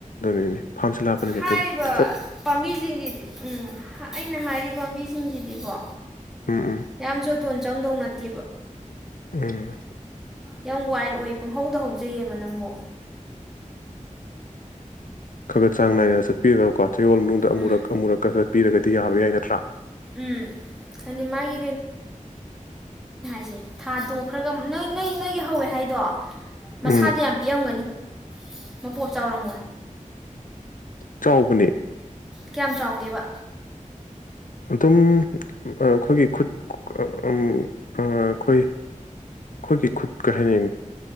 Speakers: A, on the left; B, in the centre.
A: ꯅꯤꯅꯤ ꯐꯝꯁꯤꯂ ꯐꯠꯇ
B: ꯍꯥꯏꯔꯤꯕ ꯄꯥꯝꯕꯤꯁꯤꯡꯁꯤꯗꯤ ꯎꯝ ꯑꯩꯅ ꯍꯥꯏꯔꯤꯕ ꯄꯥꯝꯕꯤ ꯁꯤꯡꯁꯤꯗꯤꯀꯣ
A: ꯎꯝ ꯎꯝ
B: ꯌꯥꯝꯁꯨꯇꯣꯟ ꯆꯪꯗꯧꯅ <unintelligible>
A: ꯎꯝ
B: ꯌꯥꯝ ꯋꯥꯏꯜ ꯑꯣꯏ ꯄꯨꯡꯍꯧꯗ ꯍꯧꯖꯩꯑꯕ ꯅꯪꯕꯨ
A: ꯈꯒꯔ ꯆꯥꯡꯅꯏ ꯆꯥꯠꯄꯤꯔꯒ ꯀꯣ ꯆꯌꯣꯜ ꯃꯅꯨꯡꯗ ꯑꯃꯨꯔꯛ
B: ꯎꯝ
A: ꯑꯃꯨꯔꯛꯀ ꯆꯠꯄꯤꯔꯒꯗꯤ ꯌꯥꯕ ꯌꯥꯏ ꯅꯠꯇ꯭ꯔꯥ
B: ꯎꯝ ꯍꯥꯏꯗꯤ ꯃꯥꯒꯤ ꯁꯦ ꯊꯥ ꯇꯣꯛꯈ꯭ꯔꯒ ꯅꯪ ꯅꯪ ꯅꯪꯒꯤ ꯍꯧꯋꯦ ꯍꯥꯏꯗꯣ ꯃꯁꯥꯗ
A: ꯎꯝ
B: ꯌꯥꯝ ꯄꯤꯛꯑꯝꯒꯅꯤ ꯃꯄꯣꯞ ꯆꯥꯎꯔꯝꯃꯣ
A: ꯆꯥꯎꯕꯅꯤ
B: ꯀꯌꯥꯝ ꯆꯥꯎꯒꯦꯕ
A: ꯑꯗꯨꯝ ꯑꯩꯈꯣꯏꯒꯤ ꯈꯨꯠ ꯑꯩꯈꯣꯏ ꯑꯩꯈꯣꯏꯒꯤ ꯈꯨꯠꯀ ꯍꯥꯏꯅꯤ